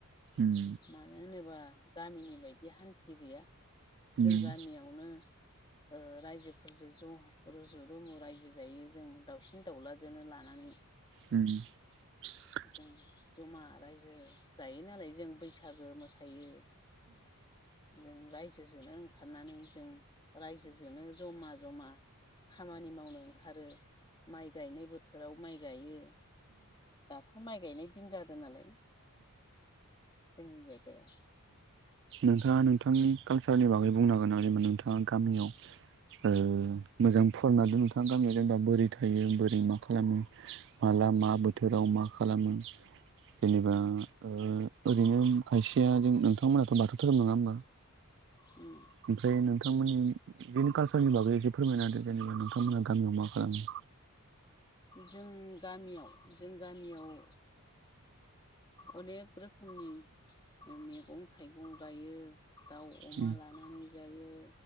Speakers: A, on the right; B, on the left.
A: उम
B: मानो होनोबा गामिनि बायदि हान्थि गैया
A: उम
B: जों गामियाव आवनो ओ रायजोफोरजों ज' रुजु रुमु रायजो जायो जों दाउसिन दाउलाजोंनो लानानै <inaudible>
A: <inaudible>
B: जों जमा रायजो जायो नालाय जों बैसागो मोसायो जों रायजोजोंनो ओंखारनानै जों रायजोजोंनो जमा जमा खामानि मावनो ओंखारो माइ गायनाय बोथोराव माइ गायो दाथ' माइ गाइनाय दिन जादों नालाय जोंनि जायगायाव
A: नोंथाङा नोंथांनि कालसारनि बागै बुंनांगोन आरो नोंथाङा गामियाव ओ मोजां फरायना दोन नोंथाङा गामियाव जेनेबा बोरै थायो बोरै मा खालामो माला मा बोथ बोथोराव मा खालामो जेनेबा ओ ओरैनो खायसे या जों नोंथांमोनाथ' बाथौ धोरोम नङा होमबा
B: उम
A: ओमफ्राय नोंथांमोननि बिनि कालसारनि बागै एसे फोरमायनाादों जेनेबा नोंथांमोना गामियाव मा खालामो
B: जों गामियाव जों गामियाव अनेक रोखोमनि मैगं थाइगं गायो दाउ अमा
A: उम
B: लानानै जायो